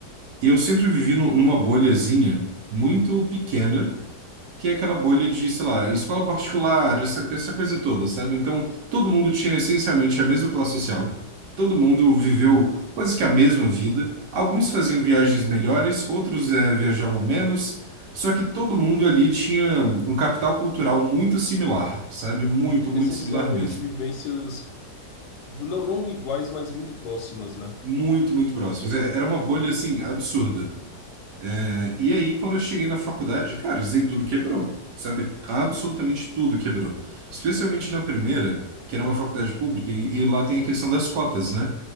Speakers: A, on the right (about 75°); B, on the left (about 70°).
A: Eu sempre vivi nu- numa bolhazinha muito pequena, que é aquela bolha de, sei lá, escola particular, essa, essa coisa toda, sabe? Então, todo mundo tinha essencialmente a mesma classe social, todo mundo viveu quase que a mesma vida. Alguns faziam viagens melhores, outros eh, viajavam menos, só que todo mundo ali tinha um capital cultural muito similar, sabe? Muito, muito
B: Essencialmente
A: similar mesmo.
B: vivências não não iguais, mas muito próximas, né?
A: Muito, muito próximos. É- Era uma bolha, assim, absurda. É, E aí, quando eu cheguei na faculdade, cara, isso aí tudo quebrou, sabe? Absolutamente tudo quebrou. Especialmente na primeira, que era uma faculdade pública, e, e lá tem a questão das cotas, né?